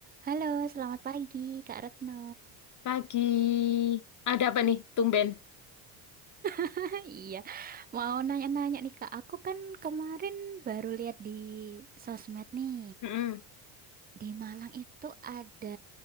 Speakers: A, on the right; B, on the left.
A: Halo, selamat pagi Kak Retno.
B: Pagi. Ada apa nih, tumben?
A: <laughs> Iya, mau nanya-nanya nih Kak. Aku kan kemarin baru lihat di sosmed nih.
B: Mm-mm.
A: Di Malang itu ada